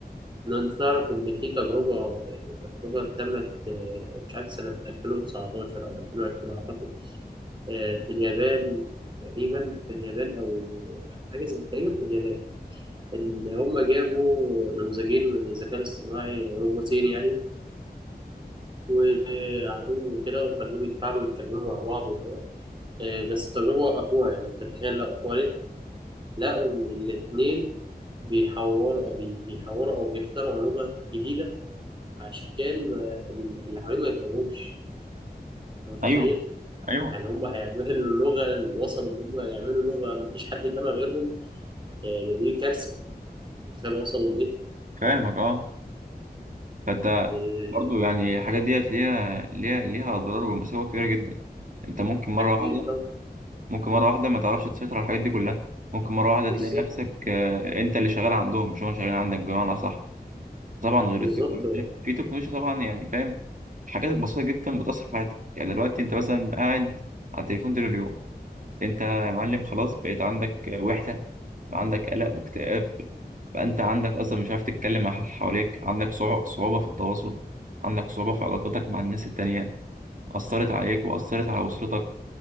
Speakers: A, on the right; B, on the right.
A: إن أنت تعرف إن في تجربة تجربة تمت آه، مش عارف سنة 2019 أو 2020 أعتقد آه، في اليابان تقريبا في اليابان أو حاجة زي تقريبا في اليابان إن هم جابوا نموذجين من الذكاء الاصطناعي روبوتين يعني وقعدوه وكده وخلوهم يتفاعلوا ويتكلموا مع بعض وكده آه، بس التجربة وقفوها يعني أنت تخيل لو وقفوها ليه؟ لقوا إن الاتنين بيحوروا أو بي- بيحوروا أو بيخترعوا لغة جديدة عشان ما- ال- اللي حواليهم ما يفهموهمش أنت متخيل؟
B: أيوه أيوه
A: يعني هم هيعملوا اللغة اللي وصلوا إن هم يعملوا لغة مفيش حد يفهمها غيرهم يعني دي كارثة أنت متخيل وصلوا لإيه؟
B: فاهمك أه فأنت
A: يعني
B: برضو يعني الحاجات ديت ليها ليها ليها أضرار ومساوئ كبيرة جدا انت ممكن مرة
A: أكيد
B: واحدة
A: طبعا
B: ممكن مرة واحدة ما تعرفش تسيطر على الحاجات دي كلها ممكن مرة واحدة
A: بالظبط
B: تلاقي نفسك آه، انت اللي شغال عندهم مش هم شغالين عندك بمعنى أصح طبعا غير
A: بالظبط
B: التكنولوجيا في تكنولوجيا طبعا يعني فاهم حاجات بسيطة جدا بتأثر في حياتك يعني دلوقتي انت مثلا قاعد على التليفون طول اليوم انت يا معلم خلاص بقيت عندك وحدة بقى عندك قلق واكتئاب بقى انت عندك اصلا مش عارف تتكلم مع اللي حواليك عندك صعو- صعوبة في التواصل عندك صعوبة في علاقاتك مع الناس التانية أثرت عليك وأثرت على أسرتك